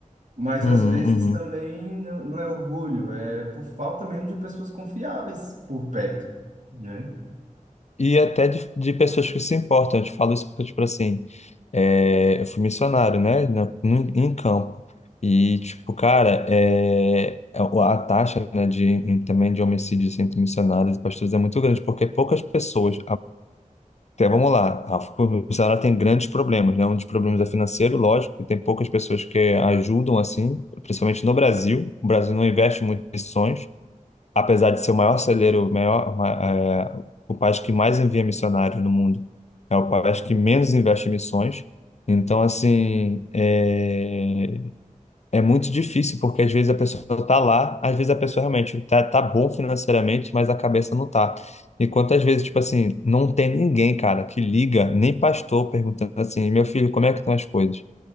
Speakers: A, on the right; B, on the left.
A: Mas
B: uhum,
A: às vezes
B: uhum.
A: também não não é orgulho, é por falta mesmo de pessoas confiáveis por perto, né?
B: E até de, de pessoas que se importam, eu te falo isso porque, tipo assim, é, eu fui missionário, né, na- no- em campo. E, tipo, cara, é, a a taxa, né, de, em- também de homicídios entre missionários e pastores é muito grande, porque poucas pessoas, Então, vamos lá. A publicidade tem grandes problemas, né? Um dos problemas é financeiro, lógico, que tem poucas pessoas que ajudam assim, principalmente no Brasil. O Brasil não investe muito em missões, apesar de ser o maior celeiro, o maior, ma- é, o país que mais envia missionários no mundo, é o país que menos investe em missões. Então, assim, é, é muito difícil, porque às vezes a pessoa está lá, às vezes a pessoa realmente está tá bom financeiramente, mas a cabeça não tá. E quantas vezes, tipo assim, não tem ninguém, cara, que liga, nem pastor perguntando assim, meu filho, como é que estão as coisas?